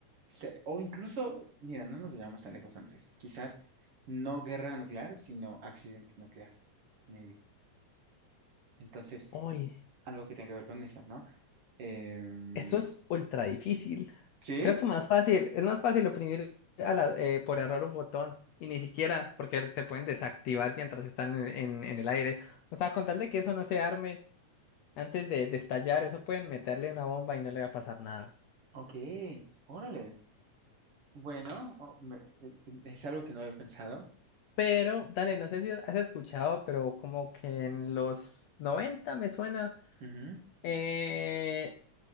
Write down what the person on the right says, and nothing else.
se- o incluso, mira, no nos vayamos tan lejos, Andrés. Quizás no guerra nuclear, sino accidente nuclear, maybe. Entonces,
algo que tenga que ver con eso, ¿no? Em,
¿sí?
Ok, órale. Bueno, o- me- e- e- es algo que no había pensado.
Ujú.